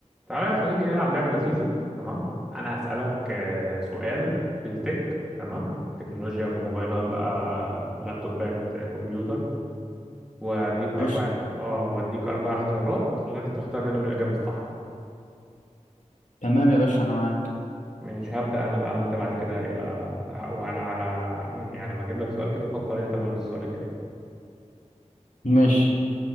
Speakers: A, in the centre; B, on the left (about 80°).
A: تعالى يا صديقي نلعب لعبة لذيذة تمام أنا هسألك آه، سؤال في التك تمام تكنولوجيا موبايلات بقى لابتوبات آه، كمبيوتر وأديك أربع
B: قشطة
A: مم. اخت... آه وأديك أربع اختيارات وأنت تختار منهم الإجابة الصح
B: تمام يا باشا أنا معاك
A: مش هبدأ أنا بقى وأنت بعد كده يبقى وعلى على يعني على ما أجيب لك سؤال كده فكر أنت برضه السؤال الجاي
B: ماشي